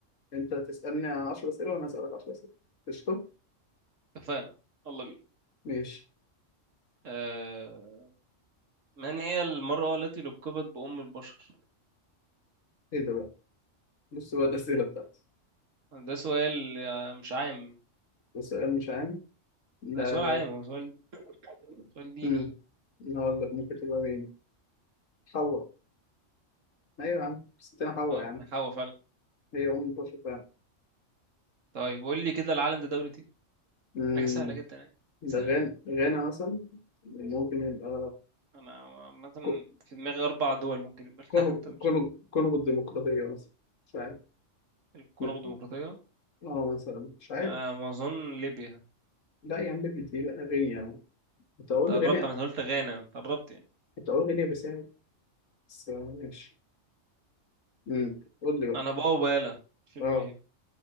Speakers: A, on the left (about 80°); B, on the right (about 75°).
A: انت هتسألني عشر أسئلة وانا هسألك عشر أسئلة قشطة؟
B: اتفقنا يلا بينا
A: ماشي
B: أه... من هي المرأة التي لقبت بأم البشر؟
A: ايه ده بقى؟ بص بقى الأسئلة بتاعتي
B: ده سؤال آه، مش عام
A: سؤال مش عام لا
B: ده سؤال عام هو سؤال سؤال ديني
A: مم. أنا هقول لك ممكن تبقى مين حواء أيوة يا عم ستنا حواء
B: اه
A: يا عم
B: ما هو فعلا
A: هي أم البشر فعلا
B: طيب قول لي كده العالم ده دولة ايه؟
A: مم.
B: حاجة سهلة جدا يعني
A: ده
B: سهلة
A: غانا
B: جدا
A: غانا مثلا ممكن يبقى
B: أنا عامة
A: كو-
B: في دماغي أربع دول ممكن يبقى
A: كونغو
B: العالم ده <laughs> مش
A: كونغو كونغو الديمقراطية مثلا مش عارف
B: الكونغو
A: لا.
B: الديمقراطية
A: اه مثلا مش عارف
B: أنا ما أظن ليبيا
A: لا يا عم ليبيا دي بقى غينيا يعني. كنت أقول
B: أنت قربت
A: غينيا
B: أنا قلت غانا أنت قربت يعني.
A: كنت أقول غينيا بيساو بس آه، ماشي مم. قول لي بقى
B: انا بقى وبالا فيلم
A: اه
B: ايه